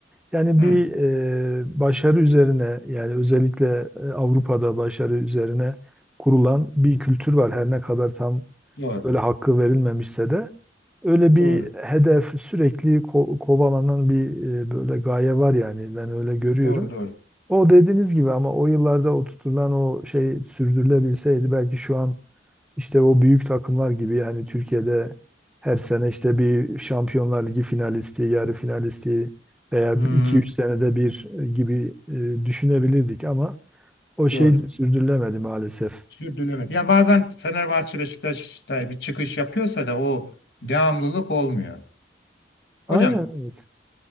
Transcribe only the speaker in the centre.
Yani
bir e, başarı üzerine yani özellikle e, Avrupa'da başarı üzerine kurulan bir kültür var. Her ne kadar tam
böyle hakkı verilmemişse de öyle bir
hedef sürekli ko- kovalanan bir e, böyle gaye var yani ben öyle görüyorum.
O dediğiniz gibi ama o yıllarda oturtulan o şey sürdürülebilseydi belki şu an işte o büyük takımlar gibi yani Türkiye'de her sene işte bir Şampiyonlar Ligi finalisti, yarı finalisti veya
2-3 senede bir e, gibi e, düşünebilirdik ama o şey
sürdürülemedi maalesef.
Aynen
evet.